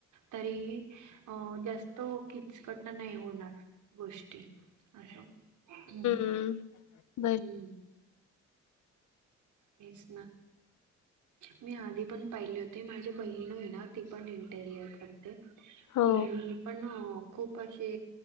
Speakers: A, on the right (about 75°); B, on the left (about 70°).
A: तरी अह जास्त किचकट नाही होणार गोष्टी अस हम्म.
B: हम्म. बर
A: हम्म. तेच ना. मी आधी पण पाहिले होती माझी बहीण आहे ना ती पण इंटरियर करते
B: हो
A: ती नी पण खूप असे